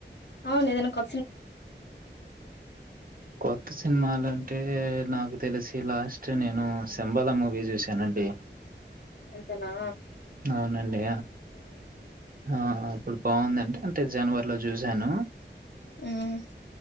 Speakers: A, on the left (about 65°); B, on the right (about 50°).
A: అవును ఏదాన్న కొ
B: కొత్త సినిమాల అంటే నాకు తెలిసి లాస్ట్ నేను శంబలా మూవీ చూశానండి
A: అంతనా
B: అవునండి ఆ అప్పుడు బాగుందండి అంతే జనవర్లో చూసాను
A: ఉమ్